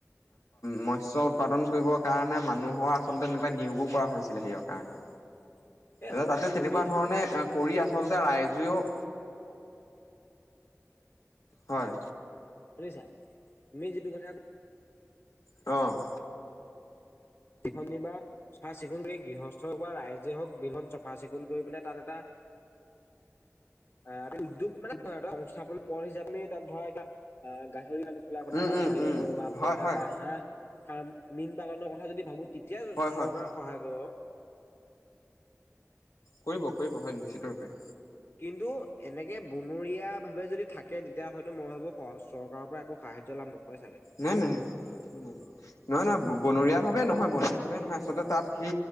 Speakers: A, on the left; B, on the left.
A: মৎস্য উৎপাদন কৰিবৰ কাৰণে মানুহৰ আচলতে তেনেকুৱা নিয়োগো কৰা হৈছিলে সেইৰ কাৰণে।
B: <unintelligible>
A: এ তাতে তেনেকুৱা
B: তুমি যিটো
A: ধৰণে
B: কথা কৈছা
A: কৰি আচলতে ৰাইজেও হয়।
B: শুনিছাঁ তুমি যিটো কথা ক
A: অ'।
B: চিফ নিবা চাফা চিকুণ কৰি গৃহস্থ হওক বা ৰাইজে হওক বিলখন চাফা চিকুণ কৰি পেলাই তাত এটা <inaudible> আহ ত উদ্যোগ মানে সংস্থাপন পথ হিচাপে তাত ধৰা এটা আহ গাহৰি তলা কথা
A: উম উম
B: ভাবিব
A: উম
B: পাৰো বা
A: হয়
B: বয়া
A: হয়
B: বা হাঁহ ফাৰ্ম মীন পালনৰ কথা যদি ভাবোঁ এতিয়া
A: হয়
B: চৰকাৰে
A: হয়
B: সহায় কৰিব।
A: কৰিব কৰিব হয় নিশ্চিতৰূপে।
B: কিন্তু এনেকে বনৰীয়াভাৱে যদি থাকে তেতিয়া হয়তো মই ভাবোঁ চৰকাৰৰ পৰা একো সাহায্য লাভ নকৰোঁ। হয় চাগে।
A: নাই, নাই, নাই, নাই, নাই নহয়, নহয় বনৰীয়া ভাৱে নহয় বনৰীয়া ভাৱে নহয় আচলতে তাত সি